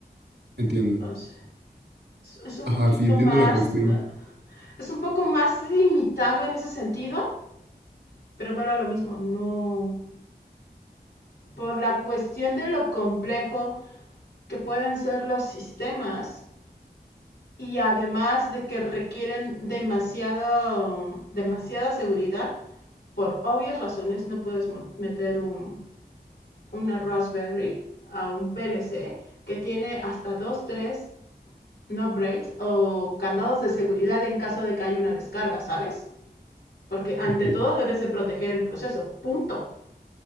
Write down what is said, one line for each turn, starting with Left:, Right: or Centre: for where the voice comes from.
Right: Entiendo.
Left: Entonces, es- un
Right: Ajá,
Left: poquito
Right: sí, entiendo
Left: más,
Right: la cuestión.
Left: es un poco más limitado en ese sentido, pero vuelvo a lo mismo, no, por la cuestión de lo complejo que pueden ser los sistemas y además de que requieren demasiado, demasiada seguridad, por obvias razones no puedes meter un, una Raspberry a un PLC que tiene hasta 2 3 no braids o candados de seguridad en caso de que haya una descarga, ¿sabes? Porque ante
Right: Ok.
Left: todo debes de proteger el proceso, punto.